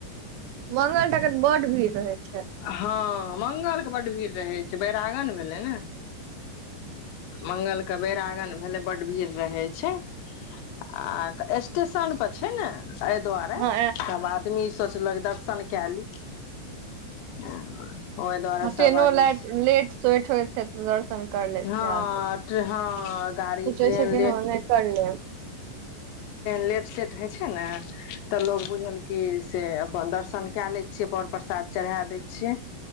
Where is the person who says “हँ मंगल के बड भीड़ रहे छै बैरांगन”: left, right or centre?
Left